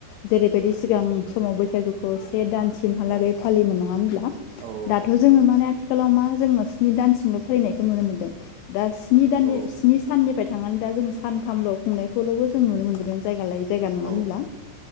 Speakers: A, on the left; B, on the right.
A: जेरैबायदि सिगां समाव बैसागुखौ से दानसिमहालागै
B: औ
A: फालिओमोन नङा होनब्ला
B: औ
A: दाथ' जोङो माने आथिखालाव मा जोङो स्नि दानसिमल' फैनायखौ नुनो मोन्दों । दा स्नि दाननि
B: औ
A: स्नि साननिफ्राय थांनानै दा जोङो सानथामल' खुंनायखौल'बो जों नुनो मोनबोदों जायगा लायै जायगा नङा होमब्ला?
B: औ